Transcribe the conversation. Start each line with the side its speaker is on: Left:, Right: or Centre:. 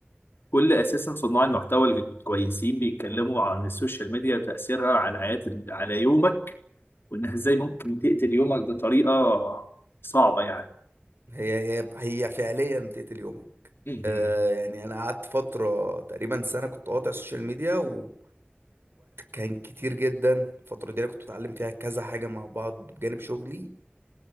Left: كل اساسا صناع المحتوى الكويسين بيتكلموا عن السوشيال ميديا وتاثيرها على حياه على يومك وانها <laughs> ازاي ممكن تقتل يومك بطريقه صعبه يعني
Right: هي هي هي فعليا بتقتل يومك
Left: مم.
Right: آه يعني انا قعدت فتره تقريبا سنه كنت قاطع السوشيال ميديا والوقت كان كتير جدا الفتره دي أنا كنت بتعلم فيها كذا حاجه مع بعض بجانب شغلي